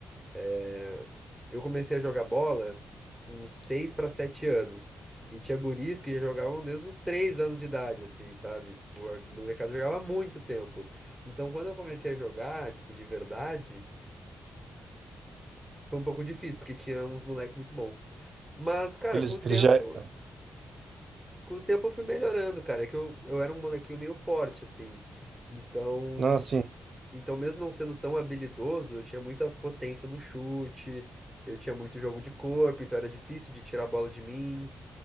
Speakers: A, in the centre; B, on the right.
A: É, Eu comecei a jogar bola com 6 para 7 anos. E tinha guris que já jogavam desde os 3 anos de idade, assim, sabe? Tipo, a molecada jogava há muito tempo. Então, quando eu comecei a jogar, tipo, de verdade, foi um pouco difícil, porque tinha uns moleques muito bons. Mas, cara,
B: Eles,
A: com o tempo,
B: eles já. ah,
A: com o tempo eu fui melhorando, cara. É que eu, eu era um molequinho meio forte, assim. Então,
B: Não, assim,
A: Então, mesmo não sendo tão habilidoso, eu tinha muita potência no chute, eu tinha muito jogo de corpo, então era difícil de tirar a bola de mim.